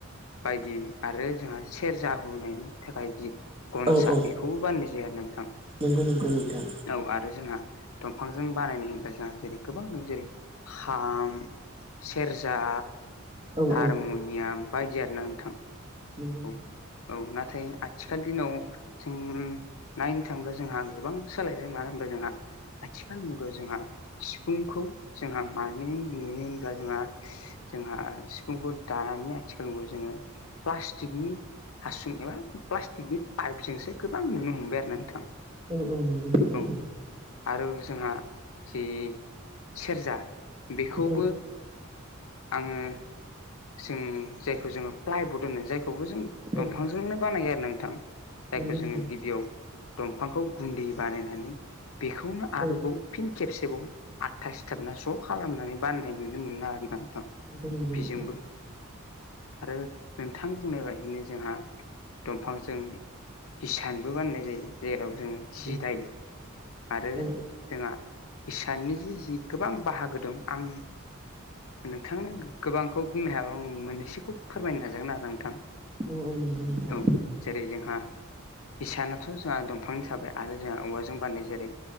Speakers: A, on the left (about 75°); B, on the right (about 25°).
A: बायदि आरो जोंहा सेरजा हुनायनि थाखाय जि गनसा
B: औ औ
A: बेखौबो बानायनाय जायो आरो नोंथां
B: नंगौ नंगौ नोंथां
A: औ आरो जोंहा दंफांजों बानायनाय होनब्ला जोंहा जेरै गोबां दं जेरै खाम, सेरजा
B: औ
A: हारमुनियाम
B: औ
A: बायदि आरोना नोंथां।
B: नंगौ
A: औ
B: नंगौ।
A: औ नाथाय आथिखाल दिनाव जों नायनो थाङोब्ला जोंहा गोबां सोलायबाय मानो होनबा जोंहा। आथिखाल मुगायाव जोंहा सिफुंखौ जोंहा मानो नुयो होनब्ला जोंहा जोंहा सिफुंखौ दानि आथिखाल जोङो पस्टिकनि हासुं एबा प्लास्टिकनि पाइपजोंसो गोबां नुनो हमबाय आरो ना नोंथां।
B: औ औ नंगौ नोंथां।
A: औ आरो जोंहा जि सेरजा बेखौबो
B: औ
A: आङो जों जायखौ जोङो प्लाइबड होनो जायखौबो जों
B: औ
A: दंफांजोंनो बानायो आरो नोंथां। जायखौ
B: नंगौ नंगौ
A: जोङो गिबियाव दंफांखौ गुन्दै बानायनानै बेखौनो आरोबाव
B: औ
A: फिन खेबसेबाव आथा सिथाबना ज' खालामनानै बाननाय नुनो मोना आरोना नोंथां।
B: नंगौ
A: बेजोंबो
B: नोंथां।
A: आरो नोंथां बुंनाय बायदिनो जोंहा दंफांजों हिसानबो बाननाय जायो जेराव जोङो सि
B: औ
A: दायो आरो
B: औ
A: जोंहा इसाननि जि जि गोबां बाहागो दं आं नोंथांनो गोबांखौ बुंनो हाया आं मोननैसोखौ फोरमायनो नाजागोन आरो नोंथां।
B: औ औ नंगौ नोंथां।
A: औ जेरै जोंहा हिसानाथ' जोंहा दं। बिफां थाबाय आरो जोंहा औवाजों बानायनाय जेरै